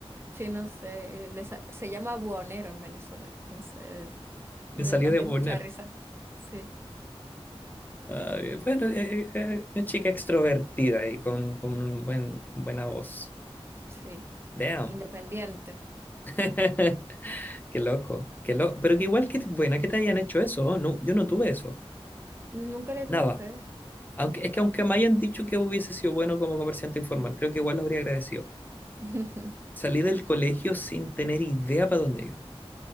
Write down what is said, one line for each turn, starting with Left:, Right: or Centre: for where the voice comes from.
Right: Sí, no sé, eh, les- se llama buhonero en Venezuela, entonces le-
Left: le salió
Right: nos
Left: de
Right: dio
Left: poner.
Right: mucha risa. Sí,
Left: Ah, eh, bueno, eh, eh, eh, una chica extrovertida y con, con un buen, con buena voz.
Right: sí,
Left: Damn.
Right: independiente.
Left: <laughs> Qué loco. Qué loco. Pero que igual que buena que te hayan hecho eso. No, yo no tuve eso.
Right: Nunca le
Left: Nada.
Right: tuve fe.
Left: Aunque, es que aunque me hayan dicho que hubiese sido bueno como comerciante informal, creo que igual lo habría agradecido.
Right: <laughs>
Left: Salí del colegio sin tener idea para dónde ir.